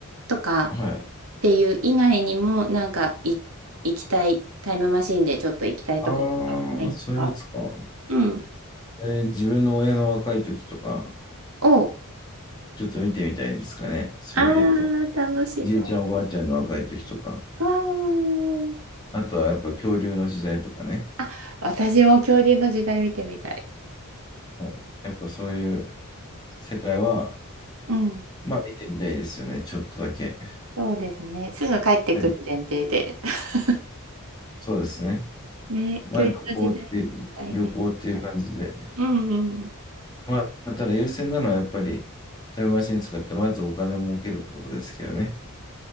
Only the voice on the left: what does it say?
はい。
ああ、そういうやつか。
えー自分の親の若い時とか、
ちょっと見てみたいですかね、それで言うと。
じいちゃん、おばあちゃんの若い時とか。
あとはやっぱ恐竜の時代とかね。
はい。やっぱそういう世界は、
まあ見てみたいですよね。ちょっとだけ。
はい。
そうですね。
まあ旅行っていう、
旅行っていう感じで。
まあ、ただ優先なのはやっぱりタイムマシン使ってまずお金を儲けることですけどね。